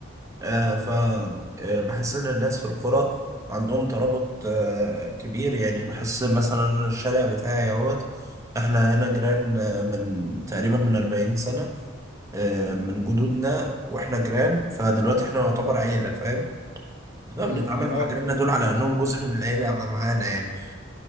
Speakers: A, on the right (about 15°); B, on the left (about 80°).
A: آه ف آه، بحس ان الناس في القرى عندهم ترابط آه كبير يعني بحس مثلا أنا الشارع بتاعي اهوت احنا هنا جيران آه، من تقريبا من 40 سنه آه من جدودنا واحنا جيران فدلوقتي احنا نعتبر عيله فاهم فبنتعامل
B: مم، يعني
A: مع
B: هو
A: جيراننا دول على انهم جزء من العيله معانا يعني